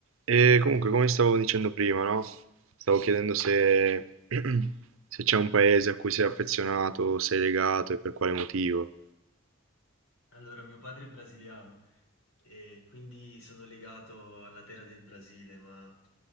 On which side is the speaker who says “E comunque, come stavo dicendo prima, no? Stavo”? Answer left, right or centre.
Right